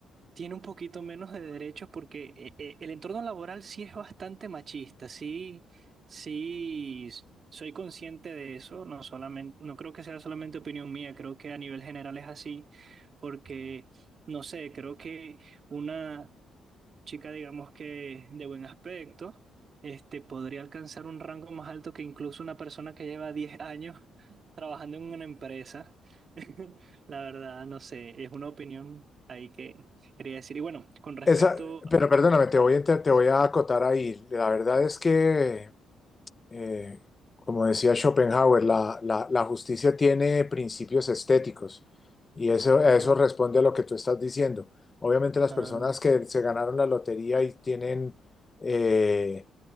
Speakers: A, on the right; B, on the left.
A: tiene un poquito menos de derechos porque eh, eh, el entorno laboral sí es bastante machista, sí, sí, s- soy consciente de eso, no solamente, no creo que sea solamente opinión mía, creo que a nivel general es así, porque, no sé, creo que una chica, digamos que de buen aspecto, este, podría alcanzar un rango más alto que incluso una persona que lleva 10 años trabajando en una empresa. <laughs> La verdad, no sé, es una opinión ahí que quería decir. Y bueno, con respecto...
B: Esa, pero perdóname,
A: Ajá,
B: te voy, a inter- te
A: sí,
B: voy a acotar ahí. La verdad es que, eh, como decía Schopenhauer, la, la- la justicia tiene principios estéticos y eso, a
A: ajá,
B: eso responde a lo que tú estás diciendo. Obviamente las
A: ah,
B: personas que se ganaron la lotería y tienen, eh,